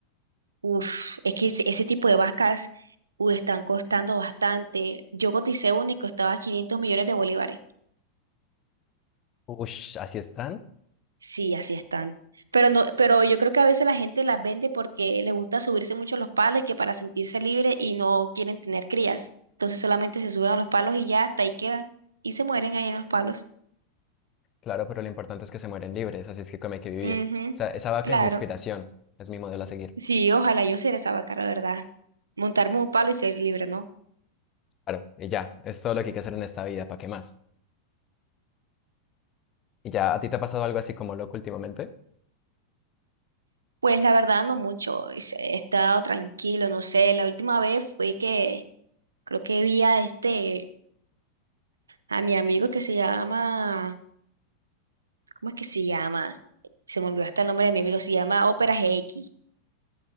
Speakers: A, on the right; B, on the left.
A: Uf, es que ese, ese tipo de vacas, uh, están costando bastante. Yo coticé una y costaba 500 millones de bolívares.
B: Ush, así están.
A: Sí, así están. Pero no, pero yo creo que a veces la gente las vende porque les gusta subirse mucho a los palos y que para sentirse libre y no quieren tener crías. Entonces solamente se suben a los palos y ya hasta ahí quedan. Y se mueren ahí en los palos.
B: Claro, pero lo importante es que se mueren libres, así es que como hay que vivir.
A: Ujú,
B: O sea, esa vaca
A: claro.
B: es mi inspiración, es mi modelo a seguir.
A: Sí, ojalá yo ser esa vaca, la verdad. Montarme un palo y ser libre, ¿no?
B: Claro, y ya, es todo lo que hay que hacer en esta vida, ¿para qué más? ¿Y ya a ti te ha pasado algo así como loco últimamente?
A: Pues la verdad no mucho. es- He estado tranquilo, no sé. La última vez fue que creo que vi a este, a mi amigo que se llama ¿Cómo es que se llama? Se me olvidó hasta el nombre de mi amigo, se llama Ópera GX.